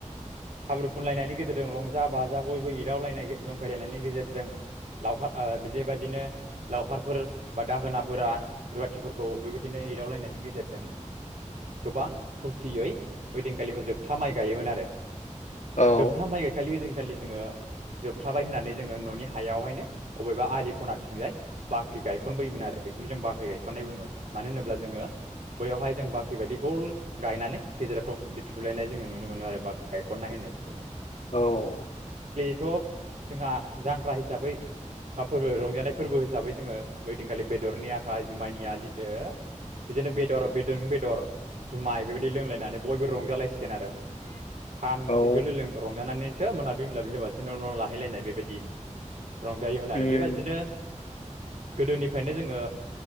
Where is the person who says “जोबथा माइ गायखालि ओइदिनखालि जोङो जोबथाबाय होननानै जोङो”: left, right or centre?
Right